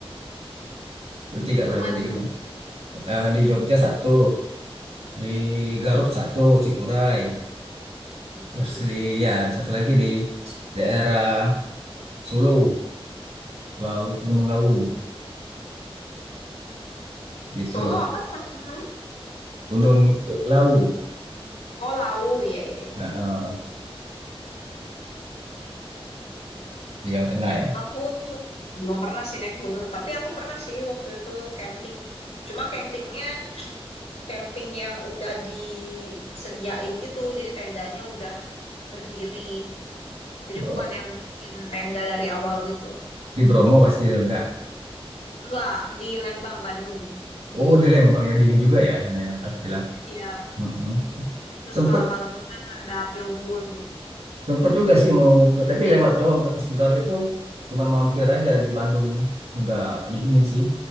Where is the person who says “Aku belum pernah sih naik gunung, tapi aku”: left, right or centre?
Left